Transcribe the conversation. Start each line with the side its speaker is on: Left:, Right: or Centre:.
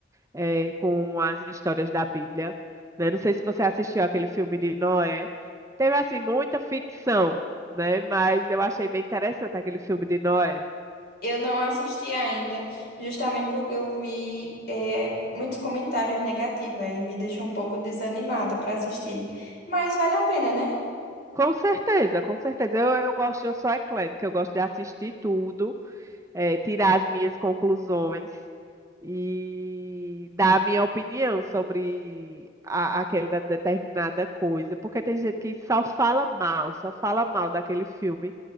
Right: é, com as histórias da Bíblia, né? Não sei se você assistiu aquele filme de Noé. Teve assim muita ficção, né? Mas eu achei bem interessante aquele filme de Noé.
Left: Eu não assisti ainda, justamente porque eu vi, é, muitos comentários negativos aí me deixou um pouco desanimada para assistir. Mas vale a pena, né?
Right: Com certeza, com certeza. Eu, eu gosto, eu sou eclética, eu gosto de assistir tudo, eh, tirar as minhas conclusões e dar a minha opinião sobre a- aquela determinada coisa, porque tem gente que só fala mal, só fala mal daquele filme.